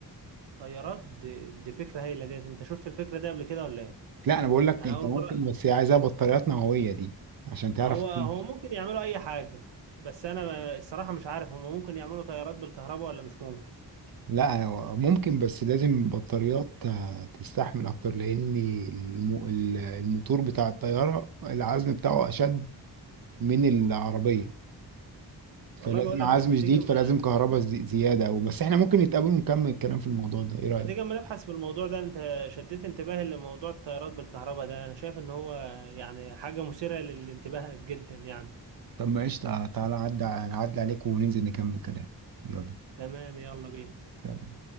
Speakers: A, on the right; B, on the right.
A: طيارات دي, دي فكره هايله ديت انت شفت الفكره دي قبل كده ولا ايه
B: لا انا بقول لك
A: انا
B: انت
A: اول
B: ممكن
A: مره
B: بس هي عايزاها بطاريات نوويه دي عشان تعرف
A: هو
B: تمشي.
A: هو ممكن يعملوا اي حاجه بس انا ما- الصراحه مش عارف هم ممكن يعملوا طيارات بالكهرباء ولا مش ممكن
B: لا ممكن بس لازم بطاريات آه، تستحمل اكتر لان الم- ال- الموتور بتاع الطياره العزم بتاعه اشد من العربيه فلازم
A: والله بقول لك
B: عزم
A: طب ما تيجي
B: شديد
A: ما
B: فلازم كهرباء
A: ما
B: زي- زياده او بس احنا ممكن نتقابل ونكمل الكلام في الموضوع ده ايه رايك
A: ما تيجي ما نبحث في الموضوع ده انت شديت انتباهي لموضوع الطيارات بالكهرباء ده انا شايف ان هو يعني حاجه مثيره للانتباه جدا يعني
B: طب ما قشطه تعالى عدى عدى عليك وننزل نكمل كلام يلا
A: تمام يلا بينا
B: سلام.